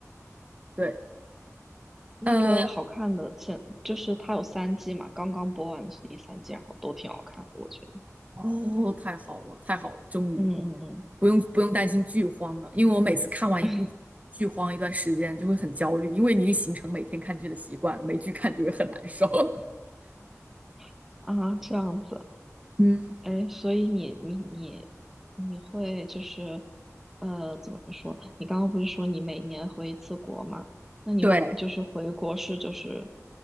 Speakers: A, on the right; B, in the centre.
A: 对，
B: 那个好看的前就是它有三季嘛，
A: 呃。
B: 刚刚播完的是第三季，然后都挺好看的，我觉得。
A: 哦，太好了，太好了，终于
B: 嗯嗯
A: 不用不用担心剧荒了，因为我每次看完一部剧荒一段时间就会很焦虑，
B: 嗯
A: 因为你已经形成每天看剧的习惯了，没剧看就会很难受。<laughs>
B: <laughs> 啊，这样子，
A: 嗯，
B: 哎，所以你你你你会就是呃怎么说？你刚刚不是说你每年回一次国嘛？那你回就是回国是就是
A: 对，